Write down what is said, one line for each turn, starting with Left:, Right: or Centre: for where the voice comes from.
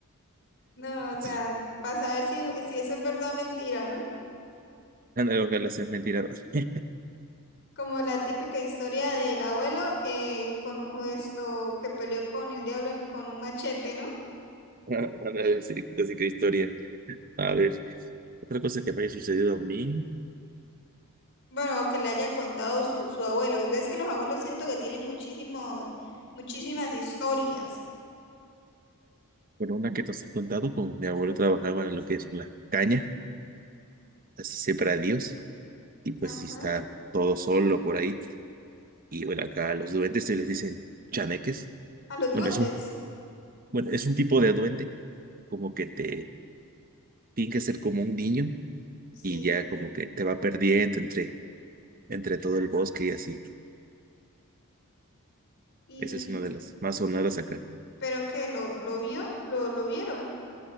Left: No, o sea,
Right: Sí,
Left: para saber si, si eso es verdad o mentira, ¿no?
Right: anda, ojalá sea mentira. <laughs>
Left: Como la típica historia del abuelo eh, con u- esto que peleó con el diablo en- con un machete, ¿no?
Right: Anda a decir casi que historia. A ver, otra cosa que me haya sucedido a mí,
Left: Bueno, o que le haya contado su, su abuelo. Es que los abuelos siento que tienen muchísimo, muchísimas historias.
Right: bueno, una que nos han contado, como mi abuelo trabajaba en lo que es la caña, así separa y pues
Left: Ajá.
Right: si está todo solo por ahí, y bueno, acá a los duendes se les dicen chaneques.
Left: A los
Right: Bueno,
Left: duendes.
Right: es un, bueno, es un tipo de duende, como que te finge ser como un niño,
Left: Sí.
Right: y ya como que te va perdiendo entre, entre todo el bosque y así.
Left: Y,
Right: Esa es una de las más sonadas
Left: y
Right: acá.
Left: pero que lo, lo vio, lo, lo vieron.